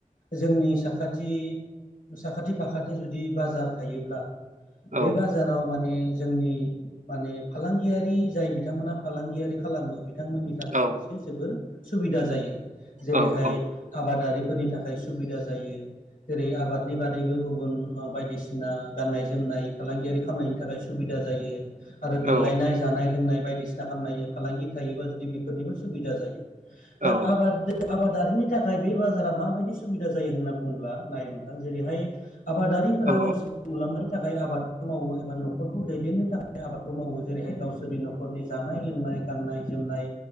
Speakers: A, on the left; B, on the right.
A: जोंनि साखाथि साखाथि फाखाथि जुदि बाजार थायोब्ला
B: औ
A: बे बाजाराव माने जोंनि माने फालांगियारि जाय बिथांमोना फालांगियारि खालामो बिथांमोननि थाखाय
B: औ
A: मोनसे जोबोर सुबिदा जायो जेरैहाय
B: औ
A: आबादारिफोरनि थाखाय सुबिदा जायो। जेरै आबादनि बादैबो गुबुन बायदिसिना गाननाय जोमनाय फालांगियारि खालामनायनि थाखाय सुबिदा जायो आरो देलायनाय
B: औ
A: जानाय लोंनाय बायदिसिना खालामामनायनि फालांगि थायोबा जुदि बेफोरनिबो सुबिदा जायो। दा
B: औ
A: आबाद आबादारिनि थाखाय नाथाय बे बाजारा माबायदि सुबिदा जायो होनना बुङोब्ला नाय नोंथां जेरैहाय आबादारिफोरा
B: औ
A: गावसोरनि मुलाम्फा थाखाय आबादखौ मावो एबा न'खरखौ दैदेननो थाखाय आबादखौ मावो जेरैहाय गावसोरनि न'खरनि जानाय लोंनाय गाननाय जोमनाय